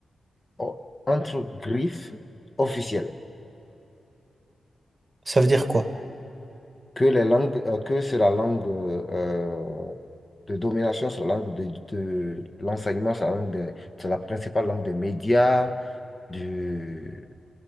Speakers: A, on the left; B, on the right.
A: o- entre griffes officielles,
B: Ça veut dire quoi?
A: que les langues, euh, que c'est la langue euh, euh, de domination, c'est la langue de, de l'enseignement, c'est la langue des- c'est la principale langue des médias, du-